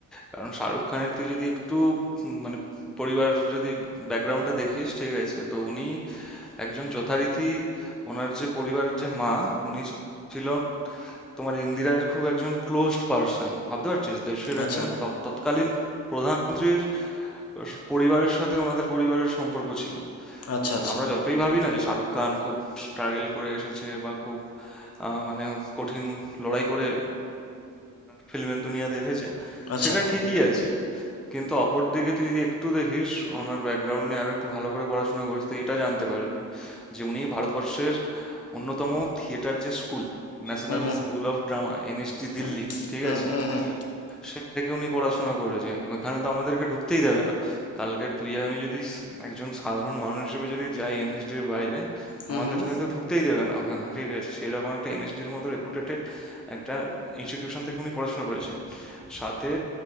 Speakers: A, in the centre; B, on the left.
A: কারণ শাহরুখ খানের তুই যদি একটু উম, মানে পরিবার যদি ব্যাকগ্রাউন্ডটা দেখিস ঠিক আছে তো উনি একজন যথারীতি ওনার যে পরিবারের যে মা উনি ছিলেন তোমার ইন্দিরার খুব একজন ক্লোজড পার্সন ভাবতে পারছিস দেশের
B: আচ্ছা
A: একজন তৎ- তৎকালীন প্রধানমন্ত্রীর পরিবারের সাথে ওনাদের পরিবারের সম্পর্ক ছিল
B: আচ্ছা আচ্ছা
A: আমরা যতই ভাবি না যে শাহরুখ খান খুব স্ট্রাগল করে এসেছে বা খুব আহ, মানে কঠিন লড়াই করে ফিল্মের দুনিয়াতে এসেছে
B: আচ্ছা
A: সেটা ঠিকই আছে কিন্তু অপর দিকে তুই যদি একটু দেখিস ওনার ব্যাকগ্রাউন্ড নিয়ে আরো একটু ভালো করে পড়াশোনা করিস তো এটা জানতে পারবি যে উনি ভারতবর্ষের অন্যতম থিয়েটার যে school National
B: হুম হুম
A: School of Drama NSD
B: হুম
A: Delhi ঠিক
B: হুম
A: আছে
B: হুম হুম
A: সেটাকে উনি পড়াশোনা করেছে এখানে তো আমাদেরকে ঢুকতেই দেবে না কালকে তুই আর আমি যদি স- একজন সাধারণ মানুষ হিসেবে যদি যাই এনএসডির বাইরে
B: হুম
A: আমাদের
B: হুম
A: হয়তো ঢুকতেই দেবে না ওখানে ঠিক আছে সেই রকম একটা এনএসডির মতো রেপুটেটেড একটা ইনস্টিটিউশন থেকে উনি পড়াশোনা করেছে সাথে